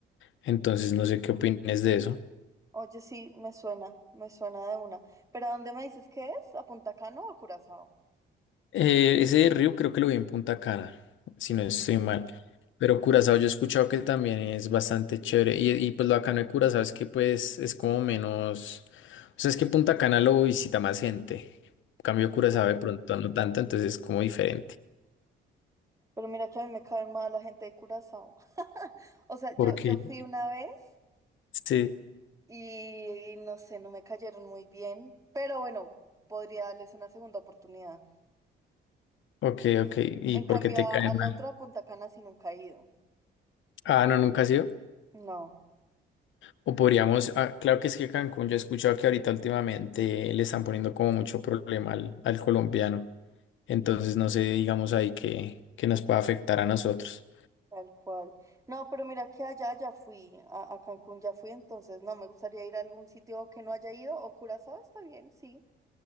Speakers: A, on the left; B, on the right.
A: Entonces no sé qué opines de eso.
B: Oye, sí, me suena, me suena de una. ¿Pero a dónde me dices que es? ¿A Punta Cana o a Curazao?
A: Eh, ese de Ryu creo que lo vi en Punta Cana, si no estoy mal.
B: Sí,
A: Pero Curazao yo he escuchado que también es bastante chévere. Y, y pues lo bacano de Curazao es que pues es como menos... O sea, es que Punta Cana lo visita más gente. En cambio
B: es verdad.
A: Curazao de pronto no tanto, entonces es como diferente.
B: Pero mira que a mí me cae mal la gente de Curazao. <laughs> O sea,
A: Porque
B: yo, yo fui una vez
A: Sí,
B: y no sé, no me cayeron muy bien, pero bueno, podría darles una segunda oportunidad.
A: ok, ok. ¿Y
B: En
A: por
B: cambio,
A: qué te
B: a,
A: cae
B: a
A: mal?
B: la otra Punta Cana sí nunca he ido.
A: Ah, no, nunca ha sido.
B: No.
A: O podríamos, ah, claro que es que Cancún, yo he escuchado que ahorita últimamente le están poniendo como mucho problema al, al colombiano. Entonces no sé, digamos ahí que, que nos pueda afectar a nosotros.
B: Tal cual. No, pero mira que allá ya fui, a, a Cancún ya fui, entonces no, me gustaría ir a algún sitio que no haya ido, o Curazao está bien, sí,